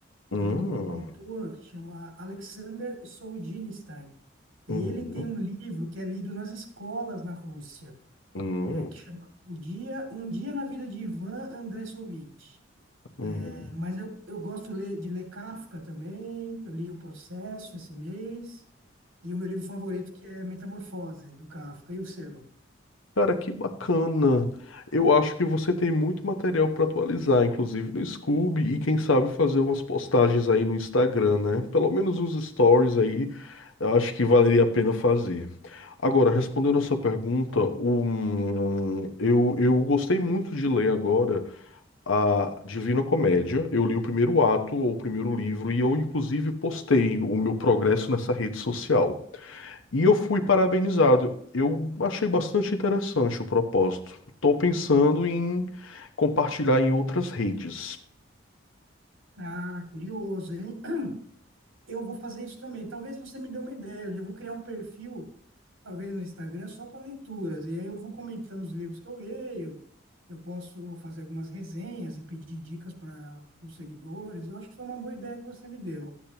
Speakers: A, on the left; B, on the right.
A: hum,
B: de um autor que chama Alexander Solzhenitsyn. E
A: hum,
B: ele tem
A: hum,
B: um livro que é lido nas escolas na Rússia,
A: hum.
B: é, que chama O Dia, Um Dia na Vida de Ivan Andressovich.
A: hum.
B: É, mas eu, eu gosto ler- de ler Kafka também, eu li O Processo esse mês, e o meu livro favorito que é Metamorfose, do Kafka, e o seu?
A: Cara, que bacana. Eu acho que você tem muito material para atualizar, inclusive no Scoob, e quem sabe fazer umas postagens aí no Instagram, né? Pelo menos os stories aí, eu acho que valeria a pena fazer. Agora, respondendo a sua pergunta, um, eu, eu gostei muito de ler agora a Divina Comédia. Eu li o primeiro ato, ou o primeiro livro, e eu, inclusive, postei o meu progresso nessa rede social. E eu fui parabenizado. Eu achei bastante interessante o propósito. Estou pensando em compartilhar em outras redes.
B: Ah, curioso, hein? Eu vou fazer isso também. Talvez você me dê uma ideia, eu vou criar um perfil talvez no Instagram, só para leituras. E aí eu vou comentando os livros que eu leio, eu posso fazer algumas resenhas e pedir dicas para os seguidores. Eu acho que foi uma boa ideia que você me deu.